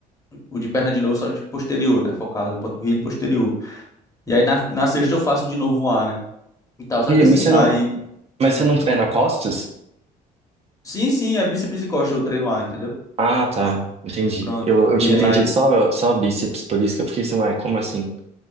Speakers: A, on the left; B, on the right.
A: o de perna de novo, só de posterior, né? Focado em panturrilha e posterior. E aí na, na sexta eu faço de novo o A, né? E tal. Só
B: Ih,
A: que assim,
B: mas você
A: aí.
B: não, mas
A: ah,
B: você não treina costas?
A: Sim, sim, é bíceps e costa, eu treino A, entendeu?
B: Ah, tá, entendi.
A: Pronto.
B: Eu, eu
A: E
B: tinha entendido
A: aí.
B: só, só bíceps, por isso que eu fiquei assim, ué, como assim?